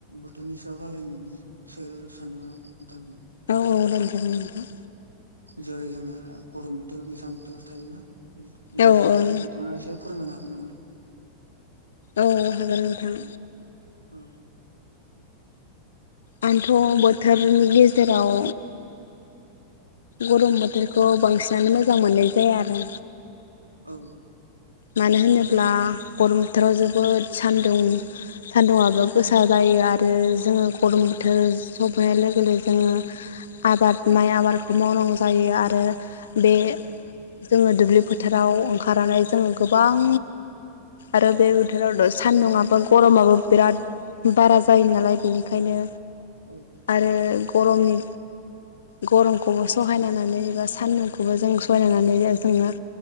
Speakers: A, on the right (about 80°); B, on the left (about 65°).
A: बोथोरनि सायाव रायलायनो होननानै सो सानदों आं बिथांजों।
B: औ औ रायलायजागोन दे नोंथा।
A: जेरै जोंना गरम बोथोर गोजां बोथोर थायोना। बिनिसायाव
B: औ ओं
A: बिथाङा एसे फोरमायनो हागोन नामा?
B: औ हागोन नोंथां।
A: औ
B: आंथ' बोथोरनि गेजेराव गरम बोथोरखौ बांसिनानो मोजां मोननाय जाया आरो
A: औ
B: मानो होनोब्ला गरम बोथोराव जोबोद सान्दुं सान्दुंङाबो गोसा जायो आरो जोङो गरम बोथोर सफैनाय लोगो लोगो जोङो आबाद माइ आबादखौ मावनांगौ जायो आरो बे
A: औ
B: जोङो दुब्लि फोथाराव ओंखारनानै जोङो गोबां आरो बे बोथोरावथ'सानदुंङाबो गरमाबो बिराद बारा जायो नालाय बेनिखायनो
A: औ
B: आरो गरमनि गरमखौबो सहायनानानै बा सान्दुंखौबो जों सहायनानानै जोङो